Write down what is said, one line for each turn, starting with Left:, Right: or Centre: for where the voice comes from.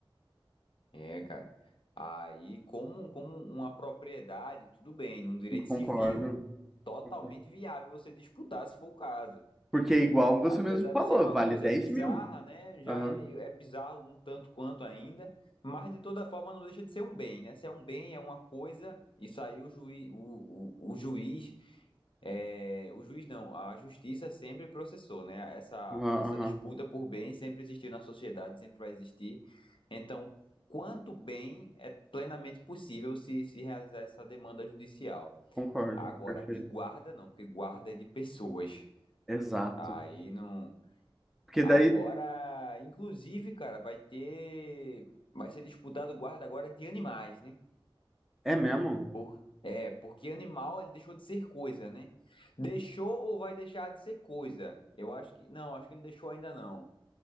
Left: É, cara. Aí, como, como uma propriedade, tudo bem, num direito
Centre: Concordo.
Left: civil, totalmente
Centre: concordo.
Left: viável você disputar se for o caso.
Centre: Porque igual você
Left: Apesar
Centre: mesmo falou,
Left: de ser uma
Centre: vale
Left: coisa
Centre: 10
Left: bizarra,
Centre: mil.
Left: né? Já
Centre: Aham.
Left: é, é bizarro um tanto quanto ainda, mas de toda forma não deixa de ser um bem, né? Se é um bem, é uma coisa, isso aí o juiz, o, o, o juiz, é, o juiz não, a justiça sempre processou, né? Essa,
Centre: Aham.
Left: essa
Centre: aham.
Left: disputa por bem sempre existiu na sociedade, sempre vai existir. Então, quanto bem é plenamente possível se, se realizar essa demanda judicial.
Centre: Concordo.
Left: Agora,
Centre: Perfeito.
Left: de guarda, não, porque guarda é de pessoas.
Centre: Exato.
Left: Aí não.
Centre: Porque
Left: Agora,
Centre: daí
Left: inclusive, cara, vai ter. Vai ser disputado o guarda agora de animais, né?
Centre: é mesmo?
Left: Por... É, porque animal ele deixou de ser coisa, né? Deixou ou vai deixar de ser coisa? Eu acho que. Não, acho que não deixou ainda não.